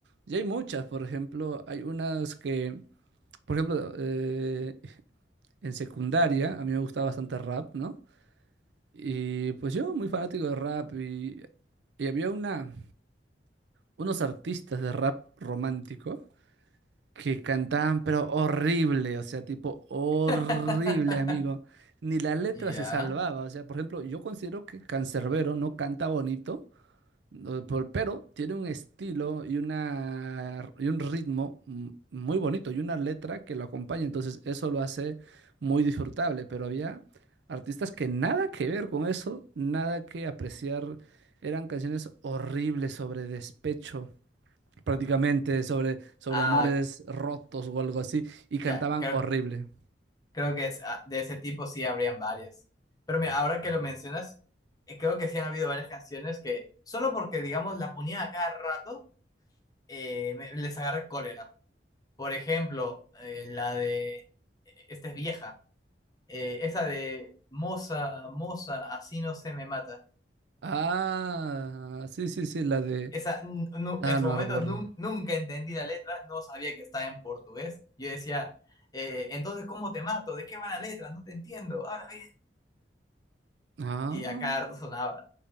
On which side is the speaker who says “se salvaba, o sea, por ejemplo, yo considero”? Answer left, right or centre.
Right